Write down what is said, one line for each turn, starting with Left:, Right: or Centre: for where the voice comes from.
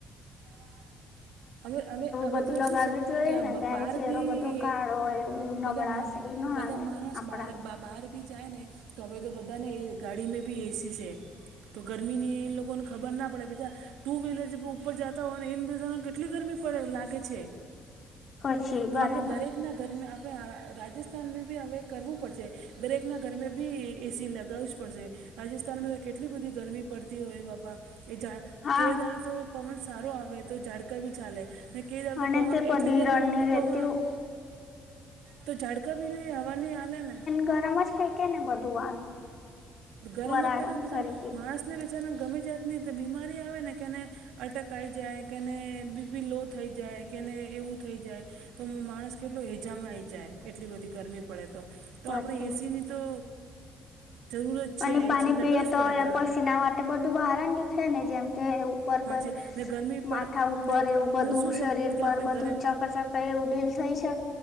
Right: <inaudible> હવે હવે હવે
Left: બધું
Right: તો
Left: લગાવવું
Right: શું છે,
Left: જોઈએ
Right: કે
Left: ને ત્યારે
Right: બાર
Left: ચહેરો
Right: બી
Left: બધો કાળો એવું નબળાશ
Right: બધા
Left: એવું ના
Right: બધા
Left: આવે
Right: માણસ
Left: આપડા
Right: બાર બાપ બહાર બી જાય ને, તો હવે તો બધા ને ગાડી બી એ સી છે. તો ગરમીની એ લોકો ને ખબર ના પડે, પા ટુ વ્હીલર જે ઉપર જતા હોય ને એમ કેટલી ગરમી પડે લાગે છે,
Left: પછી
Right: તો
Left: બરાબર
Right: આપણે દરેક ના ગર આપણે રાજસ્થાન બ બી હવે કરવું પડશે, દરેકના ઘરમે બી એ સી લગાવવી જ પડશે. રાજસ્થાનમાં કેટલી બધી ગરમી પડતી હોય બાપા, એ જા
Left: હા
Right: કેદાર તો પવન સારું આવે તો ઝાડકા ભી ચાલે. ક જાાર
Left: અને
Right: તો પવન
Left: તે બધી
Right: એટલી ગરમી
Left: રણની
Right: પરડ તો
Left: રેતી
Right: પવન તો ઝાડકા ભી નઈ હવા ન આના ને.
Left: ગરમમાં જ ફેંકે ને બધું વાત.
Right: ગરમ
Left: વરાળ
Right: જ થકે ને, પછી
Left: તરીકે
Right: માણસને વિચારા ગમે જાતની બીમારી આવે ને કેને અટકઈ જાય કેને બીપી લો થઈ જાય કેને એવું થઈ જાય. તો માણસ કેટલો એજામાં આવી જાય એટલી બધી ગરમી પડે તો, તો
Left: પછી
Right: આપણે એ સીની તો જરૂર જ છે
Left: અને પાણી
Right: એસી લગાવવી
Left: પીએ
Right: જ
Left: તો
Right: પડે
Left: પસીના માટે બધું બહાર જ નીકળે ને જેમ કે એવું.
Right: હાચી
Left: ર
Right: ને ગરમી પર
Left: માથા ઉપર
Right: ને
Left: એવું બધું
Right: પાછું શું છે
Left: શરીર
Right: કે
Left: પર
Right: આપણે
Left: બધું
Right: ગરમ
Left: ચકચક. આપ એવું ડીલ થઈ શકે